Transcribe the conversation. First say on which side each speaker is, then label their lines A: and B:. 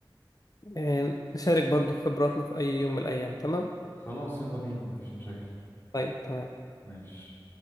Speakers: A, on the left (about 45°); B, on the left (about 30°).
A: آم، نشارك برضو خبراتنا في اي يوم من الايام تمام
B: خلاص يلا بينا مفيش مشاكل
A: طيب تمام
B: ماشي